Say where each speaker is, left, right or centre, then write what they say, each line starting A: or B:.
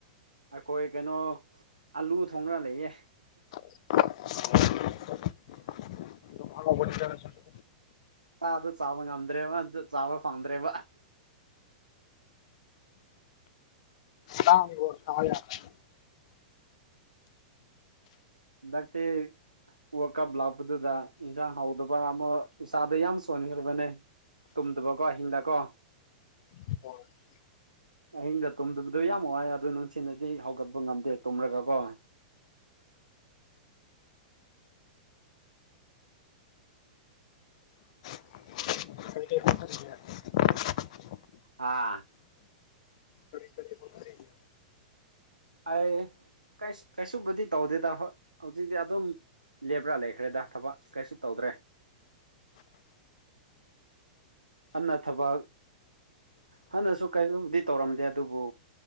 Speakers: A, on the right (about 80°); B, on the left (about 50°).
A: ꯑꯩꯈꯣꯏ ꯀꯩꯅꯣ ꯑꯂꯨ ꯊꯣꯡꯉꯔꯥ ꯂꯩꯌꯦ
B: <unintelligible> <unintelligible>
A: ꯆꯥꯗꯨ ꯆꯥꯕ ꯉꯝꯗ꯭ꯔꯦꯕ ꯑꯗꯨ ꯆꯥꯕ ꯐꯥꯟꯗ꯭ꯔꯦꯕ
B: ꯇꯥꯡꯕ꯭ꯔꯣ <unintelligible>
A: ꯍꯟꯗꯛꯇꯤ ꯋꯥꯔꯜ ꯀꯥꯞ ꯂꯥꯛꯄꯗꯨꯗ ꯏꯟꯁꯥꯡ ꯍꯧꯗꯕ ꯑꯃ ꯏꯁꯥꯗ ꯌꯥꯝ ꯁꯣꯟꯈ꯭ꯔꯕꯅꯦ ꯇꯨꯝꯗꯕꯀꯣ ꯑꯍꯤꯡꯗꯀꯣ
B: ꯌꯥꯝꯅ
A: ꯑꯍꯤꯡꯗ ꯇꯨꯝꯗꯕꯗꯣ ꯌꯥꯝ ꯋꯥꯏ ꯑꯗꯨꯗꯣ ꯅꯨꯡꯊꯤꯟꯗꯗꯤ ꯍꯧꯒꯠꯄ ꯉꯝꯗꯦ ꯇꯨꯝꯔꯒ ꯀꯣ
B: <unintelligible>
A: ꯑꯥ
B: ꯀꯔꯤ ꯀꯔꯤ ꯍꯣꯠꯅꯔꯤꯒꯦ
A: ꯑꯩ ꯀꯩꯁ ꯀꯩꯁꯨꯕꯨꯗꯤ ꯇꯧꯗꯦꯗ ꯍꯧ ꯍꯧꯖꯤꯛꯇꯤ ꯑꯗꯨꯝ ꯂꯦꯞꯕ꯭ꯔꯥ ꯂꯩꯈ꯭ꯔꯦꯗ ꯊꯕꯛ ꯀꯩꯁꯨ ꯇꯧꯗ꯭ꯔꯦ ꯑꯟꯅ ꯊꯕꯛ ꯍꯥꯟꯅꯁꯨ ꯀꯔꯤꯒꯨꯝꯕꯗꯤ ꯇꯧꯔꯝꯗꯦ ꯑꯗꯨꯕꯨ